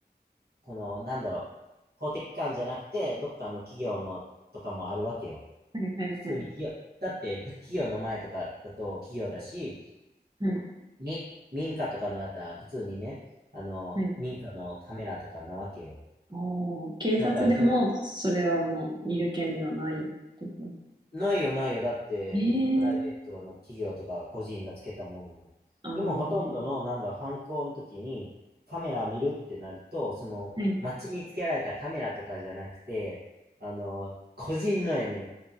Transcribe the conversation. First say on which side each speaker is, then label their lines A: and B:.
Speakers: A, on the right; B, on the right.
A: この、なんだろう、公的機関じゃなくて、どっかの企業のとかもあるわけよ。
B: はい、はい、
A: 普通に企業、
B: はい、
A: だって、企業の前とかだと企業だし、
B: はい、
A: み、民家とかのだったら、普通にね、あの、
B: はい。
A: 民家のカメラとかなわけよ。
B: おー、警察でも、
A: なんか、その、
B: それはもう見る権利はないってこと。
A: ないよ、ないよ。だって、
B: ええー、
A: プライベートの企業とか個人がつけたもんだもん。
B: あー、
A: でも、ほとんどの、なんだ、犯行の時にカメラを見るってなると、その、
B: はい、
A: 街につけられたカメラとかじゃなくて、あの、個人のやねん。